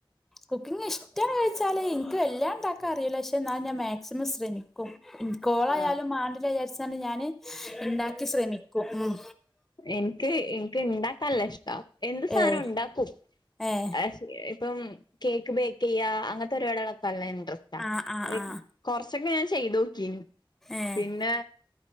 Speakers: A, in the centre; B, on the left.
A: കുക്കിങ് ഇഷ്ട്ടാണോ ചോയിച്ചാല് ഇന്ക് വല്ല്യാണ്ടാക്കാ അറീല പക്ഷേ ഇന്നാലും ഞാൻ മാക്സിമം ശ്രമിക്കും കോളായാലും
B: ആഹ്
A: മാണ്ടില്ലാ വിചാരിച്ചാണ്ട് ഞാന് ഇണ്ടാക്കി ശ്രമിക്കും ഉം
B: ഇന്ക് ഇന്ക് ഇണ്ടാക്കാനല്ല ഇഷ്ടാ എന്ത് സാനും
A: ഏഹ്
B: ഉണ്ടാക്കും
A: ഏഹ്
B: പ ഇപ്പം കേക്ക് ബേക്ക്യ്യ അങ്ങത്തെ പരിപാടികളൊക്കെ നല്ല ഇൻട്രസ്റ്റാ
A: ആഹ് ആഹ്
B: അ
A: ആഹ്
B: കൊറച്ചൊക്കെ ഞാൻ ചെയ്തോക്കീനി
A: ഏഹ്
B: പിന്നെ